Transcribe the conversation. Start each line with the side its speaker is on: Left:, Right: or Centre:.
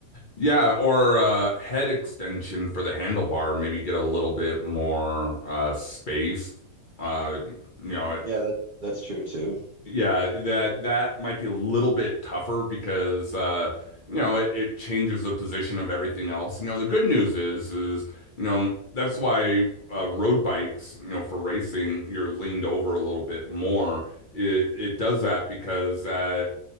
Left: Yeah, or uh head extension for the handlebar, maybe get a little bit more uh space. Uh you know,
Right: Yeah, that that's true too.
Left: Yeah, that that might be a little bit tougher because uh, you know, it, it changes the position of everything else. You know, the good news is is, you know, that's why uh, road bikes, you know, for racing, you're leaned over a little bit more. It it does that because uh